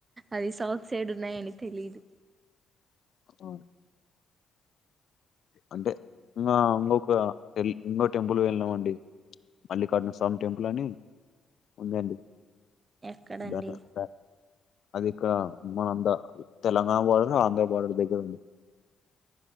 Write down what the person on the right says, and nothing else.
అది సౌత్ సైడ్ ఉన్నాయి అని తెలిదు
ఎక్కడండి